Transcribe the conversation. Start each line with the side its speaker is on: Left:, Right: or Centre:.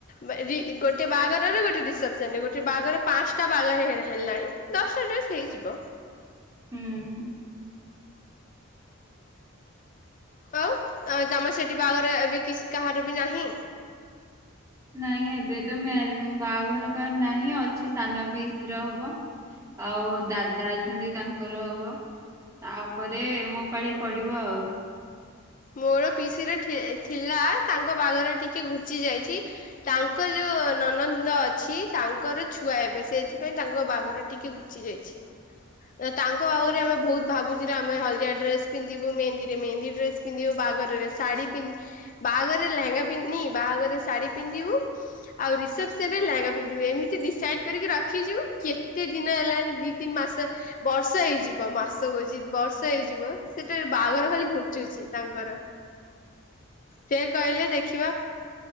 Left: ବା- ରି-ଗୋଟେ ବାହାଘରରେ ଗୋଟେ ରିସେପ୍ସନ୍ ରେ, ଗୋଟେ ବାହାଘର ପାନ୍ସଟା ବାଆଘର ହେ- ହେଲାଣି। ଦଶଟା ଡ୍ରେସ୍ ହେଇଯିବ।
Right: ହୁଁ, ହଁ।
Left: ଆଉ ଅ, ତୋମ ସେଠି ବାହାଘର ଏବେ କିସ୍ କାହାର ବି ନାହିଁ?
Right: ନାଇଁ ଏବେ ତ ମେର୍ ଉଁ, ବାହାଘର କାର୍ ନାହିଁ ଅଛି ସାନ ପିଇସି ର ହବ। ଆଉ ଦାଦା ଅଛନ୍ତି ତାଙ୍କର ହବ। ତାପରେ ମୋ ପାଳି ପଡିବ ଆଉ।
Left: ମୋର ପିଇସି ର ଠି- ଏ ଥିଲା ତାଙ୍କ ବାଆଘର ଟିକେ ଘୁଞ୍ଚି ଯାଇଛି। ତାଙ୍କ ଯୋଉ ନନନ୍ଦ ଅଛି ତାଙ୍କର ଛୁଆ ଏବେ ସେଇଥିପାଇଁ ତାଙ୍କ ବାହାଘର ଟିକେ ଘୁ ଞ୍ଚି ଯାଇଛି। ଏ ତାଙ୍କ ଆହୁରି ଆମେ ବହୁତ ଭାବୁଚୁ ଆମେ ହଳଦିଆ ଡ୍ରେସ ପିନ୍ଧିବୁ ମେହେନ୍ଦୀରେ ମେହେନ୍ଦୀ ଡ୍ରେସ ପିନ୍ଧିବୁ ବାହାଘରରେ ଶାଢୀ ପିଁ ବାହାଘରରେ ଲେହେଙ୍ଗା ପିନ୍ଧି ନି ବାହାଘରରେ ଶାଢ଼ୀ ପିନ୍ଧିବୁ ଆଉ ରିସେପସନ ରେ ଲେହେଙ୍ଗା ପିନ୍ଧିବୁ ଏମିତି ଡିସାଇଡ କରିକି ରଖିଛୁ କେତେ ଦିନ ହେଲାଣି ଦି ତିନି ମାସ। ବର୍ଷ ହେଇଯିବ ମାସ କହୁଚି ବର୍ଷ ହେଇଯିବ ସେଟା ବାହାଘର ଖାଲି ଘୁଞ୍ଚୁଚି। ତାଙ୍କର ସେ କହିଲେ ଦେଖିବା।